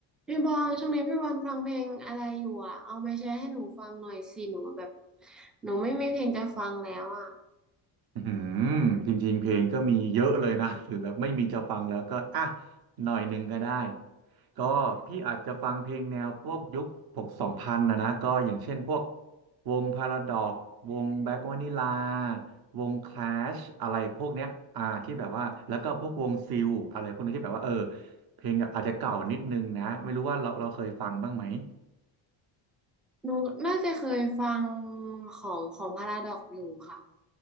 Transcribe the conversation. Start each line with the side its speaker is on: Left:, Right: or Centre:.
Centre: พี่บอลช่วงนี้พี่บอลฟังเพลงอะไรอยู่อ่ะเอามาแชร์ให้หนูฟังหน่อยสิหนูแบบหนูไม่มีเพลงจะฟังแล้วอ่ะ
Right: อืมจริงๆ เพลงก็มีเยอะเลยนะหรือแบบไม่มีจะฟังแล้วก็อ่ะหน่อยหนึ่งก็ได้ก็พี่อาจจะฟังเพลงแนวพวกยุคหกสองพันนะนะก็อย่างเช่นพวกวงพาราดอกวงแบล็กวานิลาวงคลาชอะไรพวกเนี้ยอ่าที่แบบว่าแล้วก็พวกวงซิลอะไรพวกนี้ที่แบบว่าเออ
Centre: อืม
Right: เพลงอาจจะเก่านิดนึงนะไม่รู้ว่าเราเราเคยฟังบ้างไหม
Centre: หนูน่าจะเคยฟังของของพาราดอกอยู่ค่ะ